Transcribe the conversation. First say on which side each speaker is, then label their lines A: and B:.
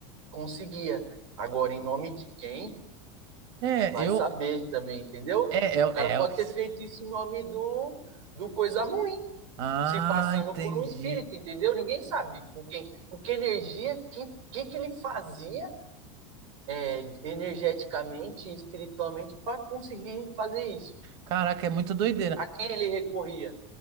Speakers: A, on the right; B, on the right.
A: conseguia. Agora, em nome de quem?
B: É,
A: Vai
B: eu.
A: saber também, entendeu?
B: É, é,
A: O cara pode
B: é o que.
A: ter feito isso em nome do, do coisa ruim,
B: Ah,
A: se passando
B: entendi.
A: por um espírito, entendeu? Ninguém sabe com quem, com que energia, que, que que ele fazia é, energeticamente e espiritualmente para conseguir fazer isso.
B: Caraca, é muito doideira.
A: A quem ele recorria?